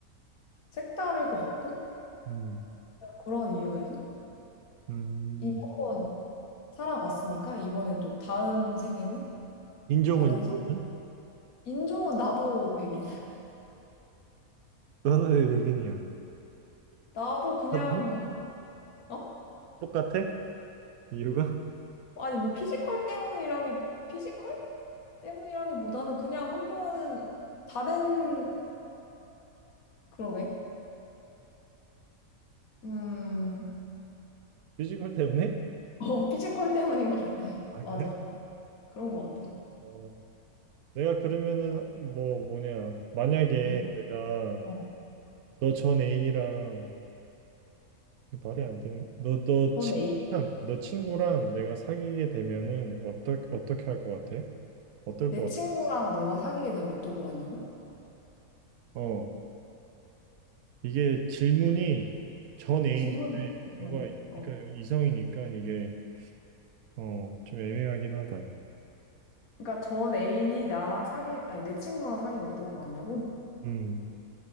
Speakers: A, on the left (about 75°); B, on the right (about 80°).
A: 색다를 것 같고,
B: 음,
A: 그런 이유에서.
B: 음.
A: 이미 한번 살아봤으니까, 이번엔 또 다음 생에는
B: 인종은
A: 다른 성,
B: 인종은?
A: 인종은 나도 백인. <laughs>
B: 너는 왜 백인이야?
A: 나도 그냥,
B: 똑같아?
A: 어?
B: 똑같아? 이유가?
A: 아니, 뭐 피지컬 때문이라기, 피지컬 때문이라기보다는 그냥 한 번은 다른, 그러게. 음,
B: 피지컬 때문에?
A: <laughs> 어, 피지컬 때문인 것 같아.
B: 아,
A: 맞아.
B: 그래?
A: 그런 것 같아.
B: 어, 내가 그러면은 뭐 뭐냐? 만약에
A: 응.
B: 내가
A: 어.
B: 너 전 애인이랑 말이 안 되는 너너
A: 전
B: 친구랑
A: A.
B: 너 친구랑 내가 사귀게 되면은 어떨 어떻게 할 것 같아? 어떨
A: 내
B: 것
A: 친구랑
B: 같아?
A: 너가 사귀게 되면 어떨 것 같냐고?
B: 어. 이게 질문이 전 애인인데
A: 질문 이상한데?
B: 뭔가 이-
A: 어.
B: 그러니까 이성이니까 이게 어 좀 애매하긴 하다.
A: 그러니까 전 애인이 나랑 사귀, 아니, 내 친구랑 사귀면 어떨 것 같냐고?
B: 음